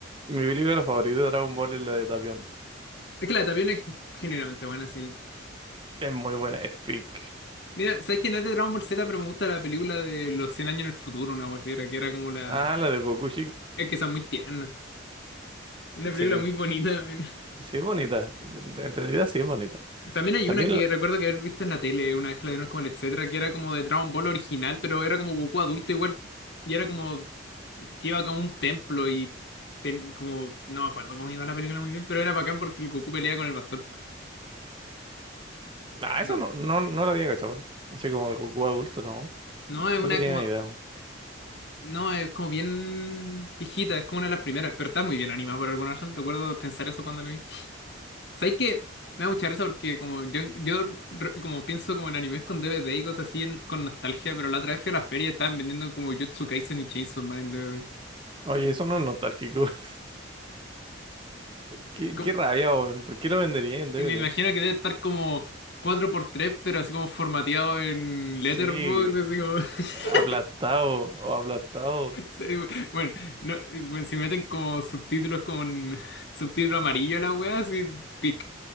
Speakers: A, on the right; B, on the left.
A: mi película favorita de Dragon Ball es la de Tapión.
B: Es que la de Tapión es generalmente buena, sí.
A: Es muy buena, es peak.
B: Mira, sabes que no es de Dragon Ball Z, pero me gusta la película de los 100 años en el futuro, una wea así, que era como la,
A: Ah, la de Goku,
B: Es que son muy tiernas. Una película
A: Sí,
B: muy bonita. <laughs> weón.
A: sí es bonita. En realidad sí es bonita.
B: También hay
A: También,
B: una que
A: la-
B: recuerdo que haber visto en la tele, una vez que la dieron como el etcétera, que era como de Dragon Ball original, pero era como Goku adulto igual. Y era como que iba como a un templo y ten- como no me acuerdo cómo iba la película muy bien, pero era bacán porque el Goku pelea con el bastón.
A: ah,
B: No,
A: eso no, no, no lo había cachado. Así como de Goku adulto, no.
B: no
A: No
B: es una
A: tenía
B: como
A: ni idea.
B: no es como bien viejita, es como una de las primeras, pero está muy bien animada por alguna razón. Recuerdo pensar eso cuando la vi. ¿Sabes qué? Me da mucha risa porque como yo, yo re- como pienso como en animes con DVD y cosas así en- con nostalgia, pero la otra vez fui a la feria y estaban vendiendo como Jujutsu Kaisen y Chainsaw Man en DVD.
A: Oye, eso no es nostálgico. <laughs> Qué,
B: Como-
A: qué rabia, weón. ¿Por qué lo vendería en DVD?
B: y me imagino que debe estar como cuatro por tres pero así como formateado en
A: Sí,
B: Letterboxd, así como... <laughs>
A: aplastado o aplastado.
B: Sí, Bueno, no, bueno, si meten como subtítulos como en subtítulo amarillo a la wea, así pic.